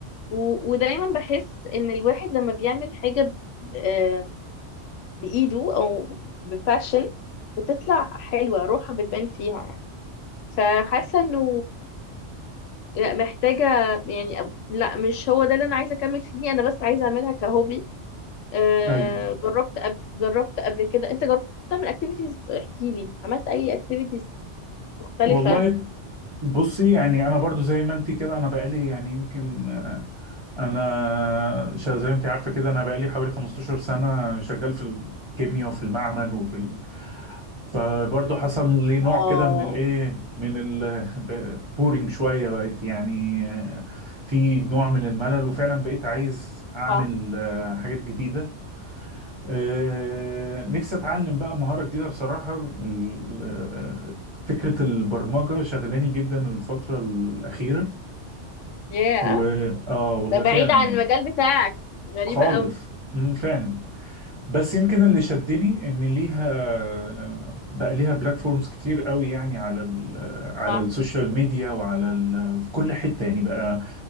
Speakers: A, on the left; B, on the right.
A: و... ودايما بحس ان الواحد لما بيعمل حاجه ب... آه... بايده او بباشن بتطلع حلوه روحها بتبان فيها يعني فحاسه انه لا محتاجه يعني لا مش هو ده اللي انا عايزه اكمل فيه انا بس عايزه اعملها كهوبي آه،
B: ايوه
A: جربت قبل جربت قبل كده انت جربت تعمل اكتيفيتيز احكي لي عملت اي اكتيفيتيز مختلفة
B: والله بصي يعني انا برضو زي ما انت كده انا بقالي يعني يمكن آه، انا شا- زي ما انت عارفه كده انا بقالي حوالي 15 سنه شغال في الكيمياء وفي المعمل وفي ال... فبرضو حصل لي نوع
A: اه
B: كده من الايه من البورينج <laughs> شويه بقيت يعني آه، في نوع من الملل وفعلا بقيت عايز اعمل
A: صح
B: آه، حاجات جديده آه، نفسي اتعلم بقى مهارة جديدة بصراحة ال- آه، فكرة البرمجة شغلاني جدا الفترة الأخيرة
A: ياه
B: و اه والله
A: ده بعيد
B: فعلا
A: عن
B: يعني
A: المجال بتاعك غريبة
B: خالص
A: قوي
B: مم، فعلا بس يمكن اللي شدني ان ليها آه، بقى ليها بلاتفورمز كتير قوي يعني على ال... آه، على
A: صح
B: السوشيال ميديا وعلى ال... آه، في كل حتة يعني بقى